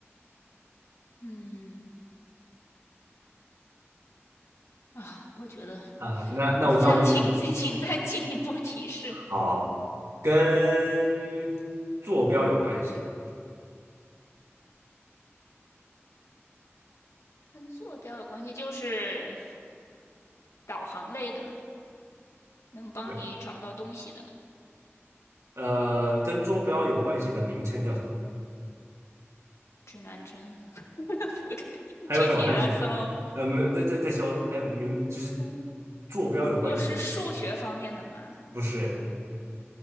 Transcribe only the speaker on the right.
啊、那那我那我就听
好，跟坐标有关系，
对，呃，跟坐标有关系的名称叫什么？
还有什么？还有
呃，没有，再再再说，还有名就是
坐标有关系的，
不是